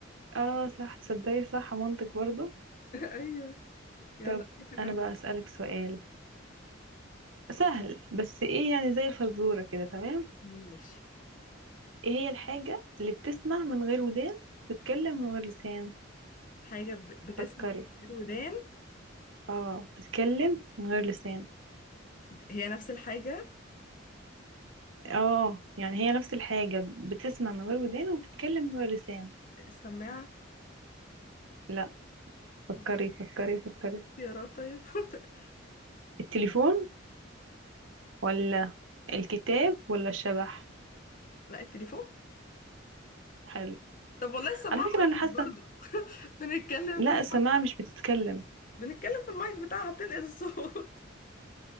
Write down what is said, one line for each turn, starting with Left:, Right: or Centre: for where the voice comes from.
Right: اه صح تصدقي صح منطق برضه
Left: ايوه يلا
Right: طب
Left: في حاجه
Right: انا
Left: انت-
Right: بقى اسألك سؤال سهل بس ايه يعني زي الفزورة كده تمام
Left: ماشي
Right: ايه هي الحاجة اللي بتسمع من غير ودان بتتكلم من غير لسان
Left: حاجه ب- بتسمع
Right: فكري
Left: من غير ودان
Right: اه بتتكلم من غير لسان
Left: هي نفس الحاجه
Right: اه يعني هي نفس الحاجة بتسمع من غير ودان وبتتكلم من غير لسان
Left: السماعه
Right: لا
Left: طب
Right: فكري فكري فكري
Left: اختيارات طيب <laughs>
Right: التليفون ولا الكتاب ولا الشبح
Left: لا التليفون
Right: حلو
Left: طب والله السماعه
Right: على فكرة
Left: قريب
Right: أنا حاسة
Left: برضو بنتكلم
Right: لا
Left: في الم...
Right: السماعة مش بتتكلم
Left: بنتكلم في المايك بتاعها بتنقل الصوت <laughs>